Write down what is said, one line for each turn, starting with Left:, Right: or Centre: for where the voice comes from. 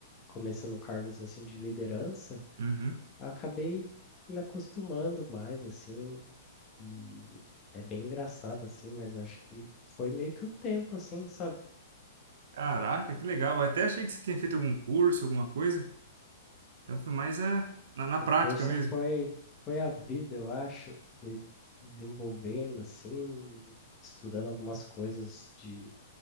Left: começando cargos assim de liderança,
Right: uhum.
Left: eu acabei me acostumando mais, assim, e é bem engraçado, assim, mas acho que foi meio que o tempo, assim, sabe?
Right: Caraca, que legal. Eu até achei que você tinha feito algum curso, alguma coisa. Então foi mais é, na, na
Left: O
Right: prática
Left: curso
Right: mesmo.
Left: foi, foi a vida, eu acho, fui desenvolvendo, assim, estudando algumas coisas de